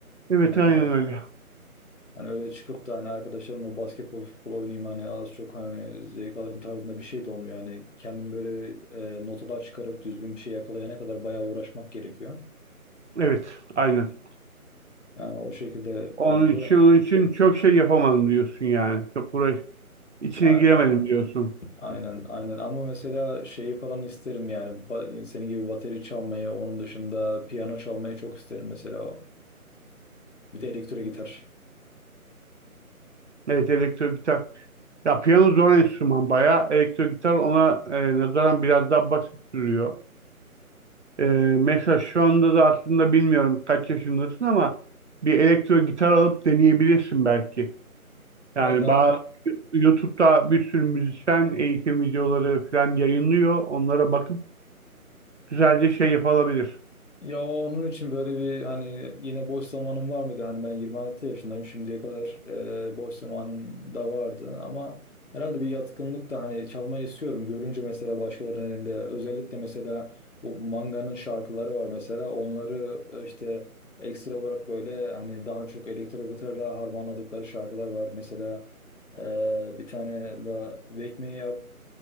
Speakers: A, on the right; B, on the left.
A: Evet,
B: Hani
A: aynen öyle.
B: hani öyle çıkıp da hani arkadaşlarımla basketbol, futbol oynayayım hani az çok hani zevk alırım tarzında bir şey de olmuyor. Yani kendim böyle e, notalar çıkarıp düzgün bir şey yakalayana kadar bayağı uğraşmak gerekiyor.
A: Evet, aynen.
B: Yani o şekilde
A: Onun
B: bence
A: için, onun için çok şey yapamadım diyorsun yani. Çok uğraş, içine
B: A-
A: giremedim diyorsun.
B: Aynen, aynen. Ama mesela şeyi falan isterim yani. Ba- senin gibi bateri çalmayı, onun dışında piyano çalmayı çok isterim mesela. Bir de elektro gitar.
A: Evet elektro gitar. Ya piyano zor enstrüman bayağı. Elektro gitar ona e, nazaran biraz daha basit duruyor. E, mesela şu anda da aslında bilmiyorum kaç yaşındasın ama bir elektro gitar alıp deneyebilirsin belki. Yani
B: Ya da
A: bazı YouTube'da bir sürü müzisyen eğitim videoları falan yayınlıyor. Onlara bakıp güzelce şey yapılabilir.
B: Ya onun için böyle bir hani yine boş zamanım var mıydı? Hani ben 26 yaşındayım şimdiye kadar e, boş zamanım da vardı ama herhalde bir yatkınlık da hani çalmayı istiyorum. Görünce mesela başkalarının elinde özellikle mesela bu Manga'nın şarkıları var mesela onları e, işte ekstra olarak böyle hani daha çok elektro gitarla harmanladıkları şarkılar var. Mesela e, bir tane da Wake Me Up